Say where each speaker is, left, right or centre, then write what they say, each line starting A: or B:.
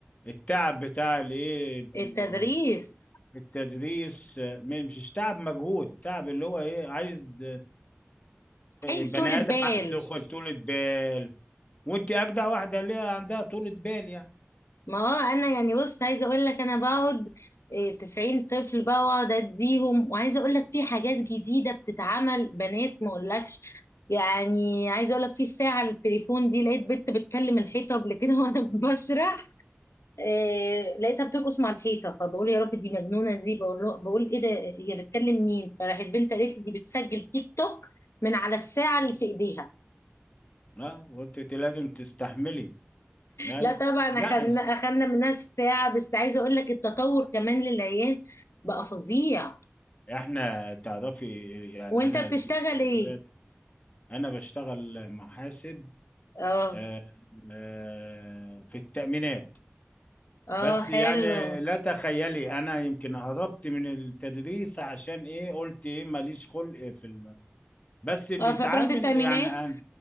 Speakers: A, on the left; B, on the left.
A: التعب بتاع الايه ال-
B: التدريس
A: ال- التدريس آه، م- مش تعب مجهود تعب اللي هو ايه عايز ب-
B: عايز
A: بني
B: طولة بال
A: ادم عنده خل- طولة بال وانت اجدع واحده ليها عندها طولة بال يعني
B: ما هو انا يعني بص عايزه اقول لك انا بقعد إيه، 90 طفل بقى واقعد اديهم وعايزه اقول لك في حاجات جديده بتتعمل بنات ما اقولكش يعني عايزه اقول لك في الساعه التليفون دي لقيت بنت بتكلم الحيطه قبل كده <laughs> وانا بشرح إيه، لقيتها بترقص مع الحيطه فبقول يا رب دي مجنونه دي بقول له بقول ايه ده هي بتكلم مين فراحت البنت قالت لي دي بتسجل تيك توك من على الساعه اللي في ايديها
A: اه وانت لازم تستحملي ايوه
B: لا طبعا
A: لا
B: اخدنا اخدنا منها الساعة بس عايزة اقول لك التطور كمان للعيال بقى فظيع
A: احنا تعرفي يعني
B: وانت
A: انا
B: بتشتغل
A: في
B: ايه؟
A: ذكريات انا بشتغل محاسب
B: اه
A: آه، آه، في التأمينات
B: اه
A: بس
B: حلو
A: يعني لا تخيلي انا يمكن هربت من التدريس عشان ايه قلت ايه ماليش خلق في الم... بس اللي
B: اه
A: يتعامل
B: فتروح التأمينات
A: يعني انا